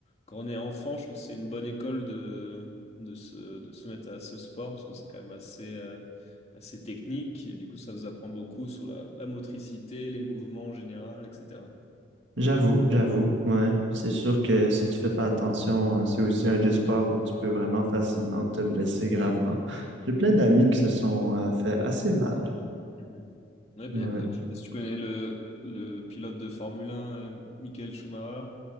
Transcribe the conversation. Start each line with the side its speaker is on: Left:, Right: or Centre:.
Left: quand on est enfant, je trouve que c'est une bonne école de, de se, de se mettre à ce sport, parce que c'est quand même assez, euh, assez technique. Et du coup, ça nous apprend beaucoup sur la, la motricité, les mouvements en général, etc.
Right: j'avoue, j'avoue, ouais. C'est sûr que si tu fais pas attention, euh, c'est aussi un des sports où tu peux vraiment facilement te blesser gravement. J'ai plein d'amis qui se sont euh, fait assez mal.
Left: Mhm. Ouais, ben,
Right: Ouais,
Left: y a pas- je sais pas si tu connais le, le pilote de Formule un, euh, Michael Schumacher,